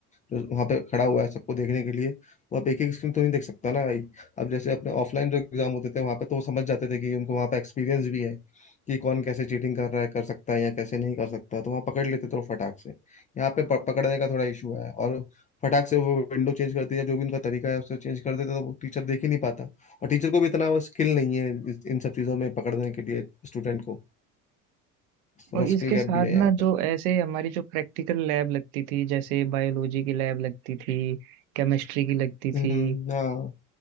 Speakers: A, on the left; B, on the right.
A: जो वहाँ पे खड़ा हुआ है सबको देखने के लिए वो आप एक एक स्क्रीन तो नहीं देख सकता ना भाई अब जैसे अपने ऑफलाइन जो एग्जाम होते थे वहाँ पे तो वो समझ जाते थे कि उनको वहाँ पे एक्सपीरियंस भी है कि कौन कैसे चीटिंग कर रहा है कर सकता है या कैसे नहीं कर सकता तो वहाँ पकड़ लेते थे वो फटाक से यहाँ पे प- पकड़ने का थोड़ा इशू है और फटाक से वो विंडो चेंज कर दिया जो भी उनका तरीका है उससे चेंज कर देते तो वो टीचर देख ही नहीं पाता और टीचर को भी इतना वो स्किल नहीं है इस- इन सब चीज़ों में पकड़ने के लिए स्टूडेंट को थोड़ा
B: और इसके
A: स्किल गैप
B: साथ
A: भी है यहाँ
B: ना
A: पे
B: जो ऐसे हमारी जो प्रैक्टिकल लैब लगती थी जैसे बायोलॉजी की लैब लगती थी केमिस्ट्री की लगती
A: हम्म
B: थी
A: हाँ